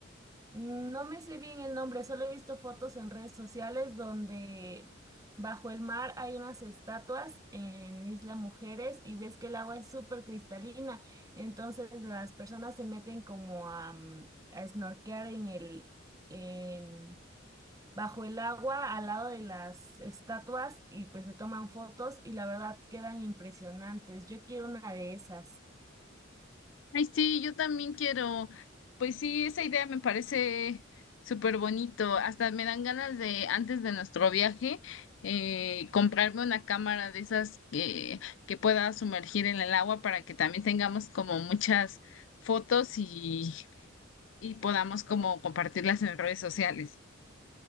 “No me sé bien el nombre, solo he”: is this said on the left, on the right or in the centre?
Right